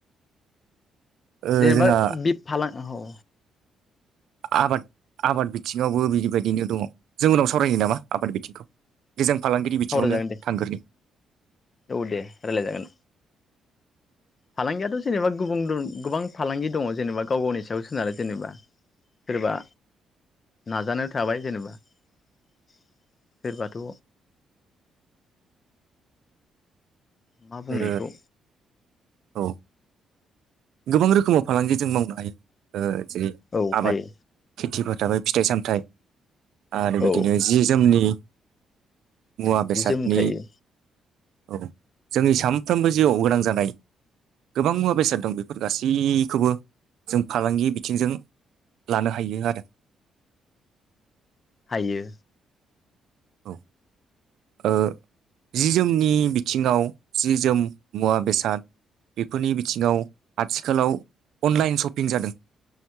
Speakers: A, on the right; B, on the left.
A: ओ
B: जेनेबा
A: जोंहा
B: बिफ फालां औ
A: आबाद आबाद बिथिङावबो बिदिबायदिनो दङ जों उनाव सावरायनि नामा आबाद बिथिंखौ जे जों फालांगिरि बिथिङावनो
B: सावरायजागोन दे
A: थांगोरनि
B: औ दे रायलाय जागोन फालांगियाथ' जेनेबा गुबुं‌ दन गोबां फालांगि दङ जेनेबा गाव गावनि सायाव सोनारो जेनेबा सोरबा नाजानो थाबाय जेनेबा सोरबाथ' मा बुंनो
A: ओ
B: इखौ
A: औ गोबां रोखोमाव फालांगि जों मावनो हायो ओ जेरै
B: औ
A: आबाद
B: हायो
A: खेथिफोर थाबाय फिथाइ - सामथाइ आरो बिदिनो
B: औ
A: जि - जोमनि मुवा- बेसादनि
B: जि जोम थायो
A: औ जोंनि सानफ्रोमबो जिउआव गोनां जानाय गोबां मुवा बेसाद दं बेफोर फोर गासैखौबो जों फालांगि बिथिंजों लानो हायो आरो
B: हायो
A: औ ओ जि - जोमनि बिथिंङाव जि - जोम, मुवा -बेसाद बेफोरनि बिथिंङाव आथिखालाव अनलाइन सपिं जादों।